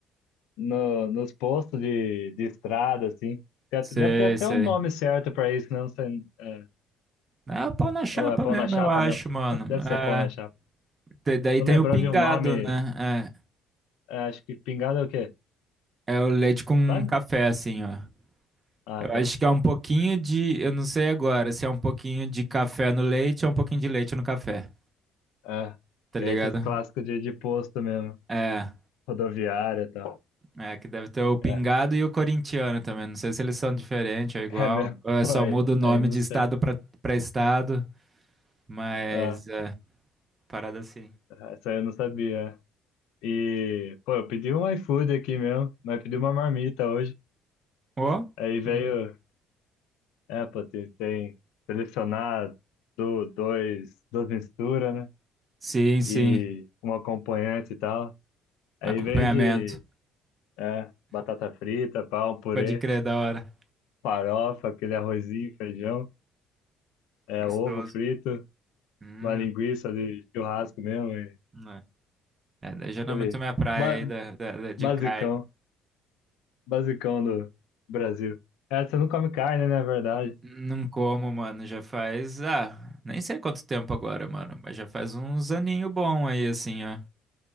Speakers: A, on the left; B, on the right.
A: no, nos postos de, de estrada, assim. Tem
B: Sei,
A: até- Deve ter até
B: sei.
A: um nome certo pra isso, né? Não sei. é,
B: É o pão na chapa
A: ou é pão
B: mesmo,
A: na chapa
B: eu acho,
A: mesmo?
B: mano.
A: <laughs> Deve ser
B: É,
A: pão na chapa.
B: te- daí
A: Tô
B: tem
A: lembrando
B: o pingado,
A: de um nome,
B: né?
A: é, acho que pingado é o quê?
B: É, é o leite com
A: Sabe?
B: café, assim, ó.
A: Ah,
B: Eu
A: tá.
B: acho que é um pouquinho de, eu não sei agora, se é um pouquinho de café no leite ou um pouquinho de leite no café,
A: É,
B: tá
A: que
B: ligado?
A: é esses clássicos de, de posto mesmo,
B: É,
A: rodoviária e tal.
B: é que deve ter o pingado
A: É,
B: e o corintiano também. Não sei se eles são diferentes ou igual.
A: <laughs> é mesmo,
B: ou é só
A: foi.
B: muda o nome
A: Aí não
B: de
A: sei.
B: estado pra para estado, mas
A: Ah,
B: é parada assim.
A: essa aí eu não sabia. E, pô, eu pedi um iFood aqui mesmo, mas pedi uma marmita hoje.
B: Ó.
A: Aí veio,
B: Yeah.
A: é, pô, tem, tem selecionar do, dois, duas misturas, né?
B: Sim, sim.
A: E um acompanhante e tal. Aí
B: Acompanhamento.
A: veio de, é, batata frita, pau, purê.
B: Pode crer, da hora.
A: farofa, aquele arrozinho, feijão, é,
B: Gostoso.
A: ovo frito,
B: Hum,
A: uma linguiça de churrasco mesmo, e
B: né. é, daí já não
A: aquele
B: é muito minha praia
A: ba
B: aí da, da- da- de
A: basicão,
B: carne.
A: basicão do Brasil. É, você não come carne, né, é verdade.
B: Não como, mano, já faz, ah, nem sei quanto tempo agora, mano, mas já faz uns aninho bom aí, assim, ó.